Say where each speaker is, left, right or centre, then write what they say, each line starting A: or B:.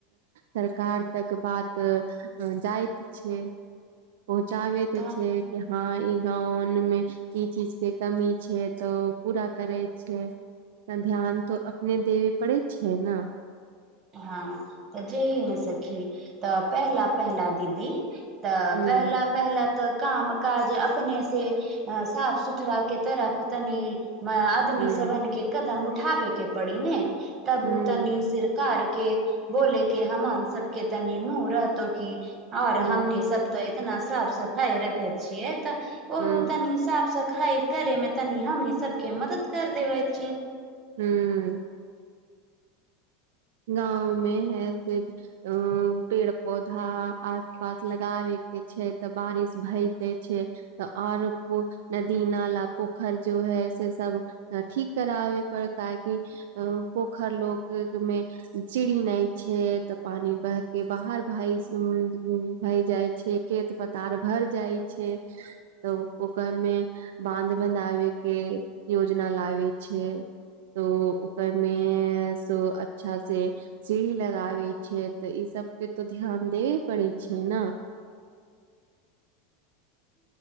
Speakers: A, on the right; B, on the right.
A: सरकार तक बात जाइत छैक पहुँचाबे केँ
B: तऽ
A: छैक कि हँ लोन मे ई चीज केँ कमी छै तऽ पूरा करैत छै त ध्यान त अपने देबय पड़ैत छै ने
B: हँ तऽ जेहि ने सखी तऽ पहला पहला दीदी तऽ
A: ह
B: पहला पहला तऽ काम काज अपने से साफ सुथरा कें तरफ तनी आदमी
A: हूँ
B: सब केँ कदम उठाबे केँ पड़ी ने तब
A: हूँ
B: ओ तनी सिर केँ बोले केँ हान सबकेँ तनी मुँह रहतो की और
A: हूँ
B: हमनी सब त ना साफ सफाई रखे छियै तऽ ओह
A: हूँ
B: तनी साफ सफाइ करे मे तनि हमनी सबके मदद कर देबै छै
A: हुँ
B: <inaudible>
A: गाँवमे है से पेड़ पौधा आस पास लगाबे छै तऽ बारिश भइते छै त आरो नदी नाला पोखरि जो है से सब ठीक कराबे पर काहेकि पोखर लोग मे सीड़ी नहि छै तऽ पानी ब के बाहर भ भई हुँ जाइ छै खेत पथार भर जाइ छै तऽ ओकरमे बांध बनाबय केँ योजना लाबैत छै तो ओकरमे अच्छा से सीढ़ी लगाबै छै तऽ ई सब पे तो ध्यान देबे पड़ै छै ने
B: <inaudible>